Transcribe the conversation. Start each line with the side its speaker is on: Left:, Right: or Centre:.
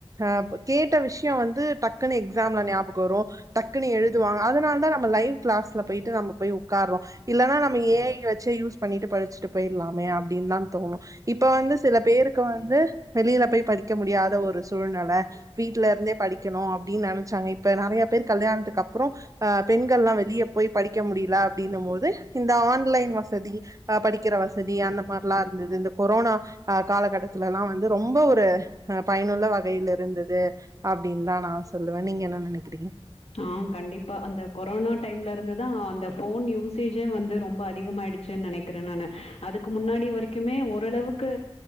Right: அப் கேட்ட விஷ்யோ வந்து டக்குனு எக்ஸாம்ல ஞாபகோ வரு டக்குனு எழுதுவாங்க அதனால தா நம்ம லைவ் கிளாஸ்ல போயிட்டு நாம போய் உக்கார்றோ இல்லனா நம்ம ஏ ஐ வச்சே யூஸ் பண்ணிட்டு படிச்சுட்டு போயில்லாமே அப்டின்தாந் தோணு இப்ப வந்துச் த பேருக்கு வந்து வெளில போய் படிக்க முடியாத ஒரு சூழ்நெல வீட்லருந்தே படிக் க்கணு அப்டின் நெனச்சாங்க இப்ப நெறயப் பேர் கல்யாண்த்துக்கு அப்றோ அ பெண்கள்லா வெளியப் போய் படிக்க முடில அப்டின்னம்போது இந்த ஆன்லைன் வசதி அ படிக்கிற வசதி அந்த மார்லா இருந்தது இந்த கொரோனா அ காலகட்டதுலலா வந்து ரொம்ப ஒரு அ பயனுள்ள வகைல இருந்தது அப்டின்தா நா சொல்லுவே நீங்க என்ன நெனைக்குறீங்க
Left: ஆ கண்டிப்பா அந்த கொரோனா டைம்ல இருந்துதா அந்த ஃபோன் யூசேஜே வந்து ரொம் ப அதிகமாயிடுச்சு நெனைக்கிறே நானு அதுக்கு முன்னாடி வரைக்குமே ஓரளவுக் கு